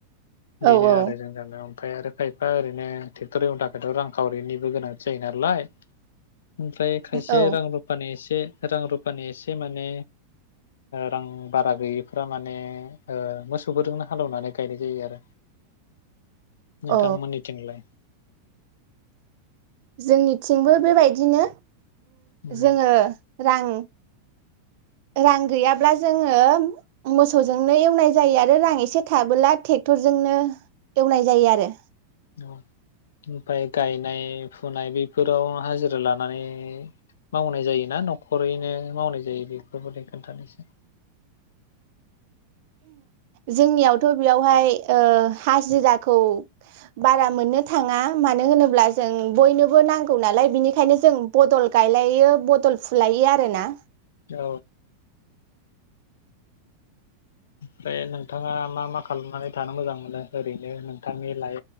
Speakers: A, on the left; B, on the right.
A: बेनो
B: औ औ
A: आरो जोंनि गामियाव। ओमफ्राय आरो खाय एफा ओरैनो ट्रेक्टर एवनो थाखायथ' रांखावरिनिबो गोनांथि जायो नालाय। ओमफ्राय खायसे
B: औ
A: रां रुफानि एसे एसे रां रुफानि एसे माने रां बारा गैयिफ्रा माने मोसौफोरजोंनो हालेवनानै गायनाय जायो आरो। नोंथांमोननिथिंलाय?
B: औ जोंनिथिंबो बेबायदिनो।
A: उम
B: जोङो रां रां गैयाब्ला जोङो मोसौजोंनो एवनाय जायो आरो रां एसे थाबोला ट्रेक्टरजोंनो एवनाय जायो आरो।
A: ओमफाय गायनाय फुनाय बेफोराव हाजिरा लानानै मावनाय जायोना न'खरैनो मावनाय जायो बेफोरबायदि खोन्थादोसाय।
B: जोंनियावथ बेयावहाय हाजिराखौ बारा मोननो थाङा मानो होनोब्ला जों बयनोबो नांगौ नालाय बिनिखायनो जों बदल गायलायो। बदलफुलायो आरो ना।
A: औ। ओमफ्राय नोंथाङा मा मा खालामनानै थानो मोजां मोनो ओरैनो नोंथांनि लाइ